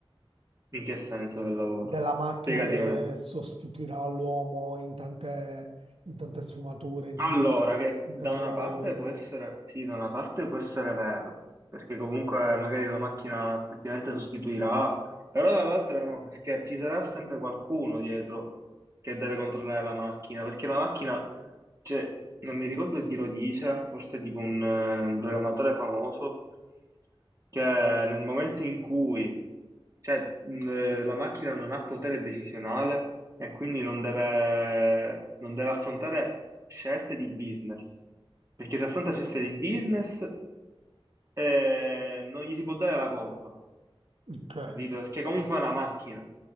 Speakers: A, on the right (about 30°); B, on the right (about 75°).
A: in che senso del lavoro.
B: della macchina
A: Spiegati
B: che
A: meglio.
B: sostituirà l'uomo in tante, in tante sfumature, in
A: Allora,
B: tanti,
A: che
B: in
A: da
B: tanti
A: una
B: lavori.
A: parte può essere, sì, da una parte può essere vero, perché comunque magari la macchina effettivamente sostituirà, però dall'altra no, perché ci sarà sempre qualcuno dietro che deve controllare la macchina, perché la macchina Cioè, non mi ricordo chi lo dice, forse tipo un, eh, un programmatore famoso, che nel momento in cui, cioè, mh, eh, la macchina non ha potere decisionale e quindi non deve, non deve affrontare scelte di business, perché se affronta scelte di business, eh, non gli si può dare la colpa,
B: Ok.
A: capito? Perché comunque è una macchina.